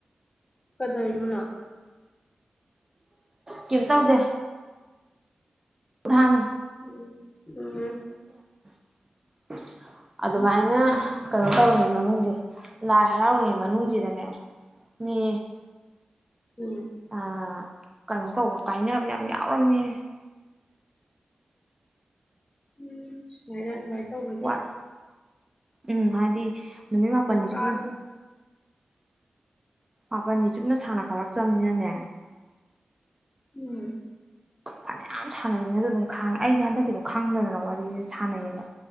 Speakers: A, on the left; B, on the right.
A: ꯀꯗꯥꯏꯣꯅ
B: ꯀꯝꯇꯧꯗꯦ ꯥꯡ
A: ꯎꯝ ꯎꯝ
B: <unintelligible> ꯑꯗꯨꯃꯥꯏꯅ
A: ꯎꯝ
B: ꯀꯩꯅꯣ ꯇꯧꯅꯤ ꯃꯅꯨꯡꯁꯦ ꯂꯥꯏ ꯍꯔꯥꯎꯔꯤꯉꯩ ꯃꯅꯨꯡꯁꯤꯗꯅꯦ ꯃꯤ
A: ꯎꯝ
B: ꯑ ꯀꯩꯅꯣ ꯇꯧꯕ ꯀꯥꯏꯅꯕ ꯌꯥꯝ ꯌꯥꯎꯔꯕꯝꯅꯦ
A: ꯎꯝ ꯍ ꯇꯦ
B: ꯋꯥꯏ ꯎꯝ ꯍꯥꯏꯗꯤ ꯅꯨꯃꯤꯠ ꯃꯥꯄꯜꯅꯤ
A: ꯀꯥꯡꯉ
B: ꯁꯨꯞꯅ ꯃꯥꯄꯜꯗꯤ ꯆꯨꯞꯅ ꯁꯥꯟꯅ ꯈꯠꯂꯛꯇ꯭ꯔꯕꯅꯤꯅꯅꯦ
A: ꯎꯝ
B: ꯐꯅ ꯌꯥꯝ ꯁꯥꯟꯅꯅꯤꯡꯅꯁꯨ ꯑꯗꯨꯝ ꯈꯥꯡꯉꯦ ꯑꯩꯗꯤ ꯍꯟꯗꯛꯀꯤꯗꯣ ꯈꯪꯗꯅ ꯋꯥꯔꯤ ꯁꯥꯟꯅꯩꯌꯦꯕ